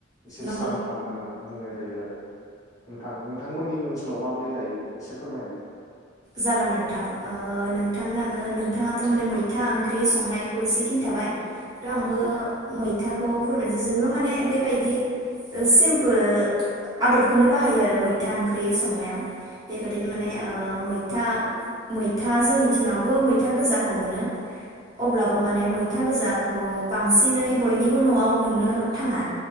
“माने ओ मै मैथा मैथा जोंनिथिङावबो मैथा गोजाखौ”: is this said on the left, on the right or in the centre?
Right